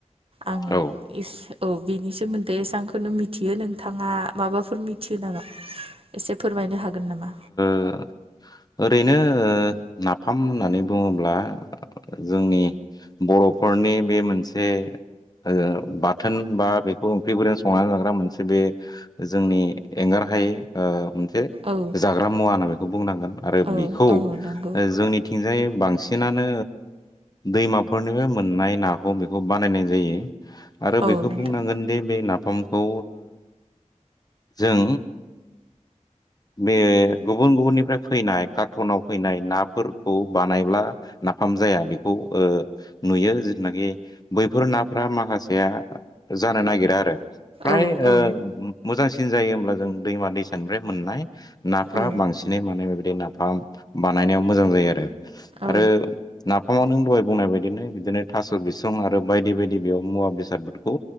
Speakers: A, on the right (about 50°); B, on the left (about 30°).
A: आं
B: औ
A: एसे औ बेनि सोमोन्दै एसेबांखौनो मिथियो नोंथाङा माबाफोर मिथियो नामा? एसे फोरमायनो हागोन नामा?
B: ओ ओरैनो नाफाम होननानै बुङोब्ला जोंनि बर' न'खरनि बे मोनसे ओ बाथोन बा बेखौ ओंख्रिफोरजों संनानै जाग्रा मोनसे बे जोंनि एंगार गाहाय ओ मोनसे
A: औ
B: जाग्रा मुवा होनना बेखौ बुंनांगोन। आरो
A: औ
B: बेखौ
A: औ नंगौ
B: जोंनिथिंजायै बांसिनानो दैमाफोरनिफ्राय मोननाय नाखौ बेखौ बानायनाय जायो। आरो
A: औ
B: बेखौ
A: नोंथां
B: बुंनांगोन दि बे ना फामखौ जों बे गुबुन गुबुननिफ्राय फैनाय कार्टनाव फैनाय नाफोरखौ बानायब्ला नाफाम जाया बेखौ ओ नुयो जिथुनाखि बैफोर नाफोरा माखासेया जानो नागिरा आरो फ्राय
A: औ
B: ओ
A: औ
B: मोजांसिन जायो होमब्ला जों दैमा दैसानिफ्राय मोननाय नाफ्रा
A: औ
B: बांसिनै माने बेबायदि नाफाम बानायनायाव मोजां जायो आरो।
A: औ
B: आरो नाफामाव नों बुंनाय बायदिनो बिदिनो थास' बिसं आरो बायदि बायदि बेयाव मुवा बेसादफोरखौ